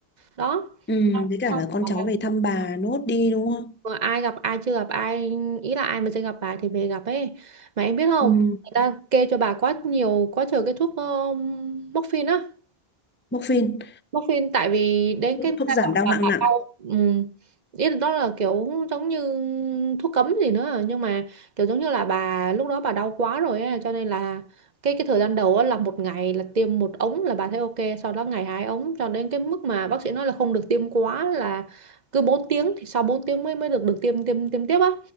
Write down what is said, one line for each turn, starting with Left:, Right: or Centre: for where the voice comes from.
Right: đó
Left: ừ với cả
Right: Xong
Left: là con
Right: bảo
Left: cháu
Right: là
Left: về thăm bà nốt đi đúng không
Right: vừa ai gặp ai chưa gặp ai ý là ai mà chưa gặp bà thì về gặp ấy mà em biết không
Left: ừ
Right: người ta kê cho bà quá nhiều quá trời cái thuốc uh, morphine á,
Left: Morphine,
Right: Muffin tại vì đến cái người
Left: thuốc
Right: ta
Left: giảm
Right: gọi
Left: đau
Right: là
Left: hạng
Right: hạ
Left: nặng.
Right: cau ừ. ý là đó là kiểu giống như thuốc cấm gì nữa nhưng mà kiểu giống như là bà lúc đó bà đau quá rồi á cho nên là cái cái thời gian đầu á là một ngày là tiêm một ống là bà thấy ok sau đó ngày hai ống cho đến cái mức mà bác sĩ nói là không được tiêm quá là cứ bốn tiếng thì sau 4 tiếng mới mới được được tiêm tiêm tiêm tiếp á